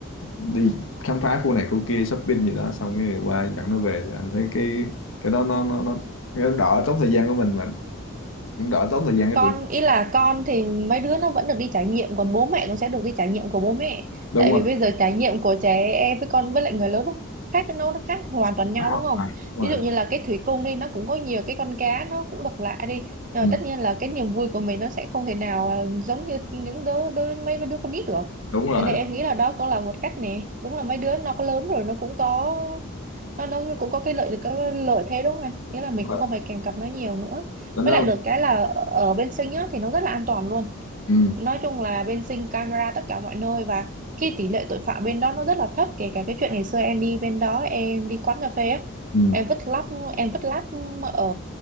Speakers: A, on the left (about 70°); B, on the right (about 35°).
A: đi khám phá khu này khu kia shopping gì đó xong cái qua dẫn nó về thì anh thấy cái cái đó nó nó nó cái đó đỡ tốn thời gian của mình mà cũng đỡ tốn thời gian cho
B: con
A: tụi nó
B: ý là con thì mấy đứa nó vẫn được đi trải nghiệm còn bố mẹ cũng sẽ được đi trải nghiệm của bố mẹ
A: đúng
B: tại
A: rồi
B: vì bây giờ trải nghiệm của trẻ em với con với lại người lớn nó khác nó nó khác hoàn toàn nhau
A: Đúng
B: đúng không
A: rồi. đúng
B: ví
A: rồi
B: dụ như là cái thủy cung đi nó cũng có nhiều cái con cá nó cũng độc lạ đi rồi
A: ừ.
B: tất nhiên là cái niềm vui của mình nó sẽ không thể nào à, giống như những đứa đứa mấy đứa con nít được
A: đúng rồi
B: cho nên em nghĩ là đó cũng là một cách nè đúng là mấy đứa nó có lớn rồi nó cũng có nó, nó cũng có cái lợi cái lợi thế đúng không anh nghĩa là mình
A: đúng rồi
B: cũng không phải kèm cặp nó nhiều nữa
A: nó nó
B: với lại được cái là ở bên Sinh á, thì nó rất là an toàn luôn.
A: ừ
B: Nói chung là bên Sinh camera tất cả mọi nơi và khi tỷ lệ tội phạm bên đó nó rất là thấp. Kể cả cái chuyện ngày xưa em đi bên đó, em đi quán cà phê á.
A: ừ
B: Em vứt lắp, em vứt lắp ở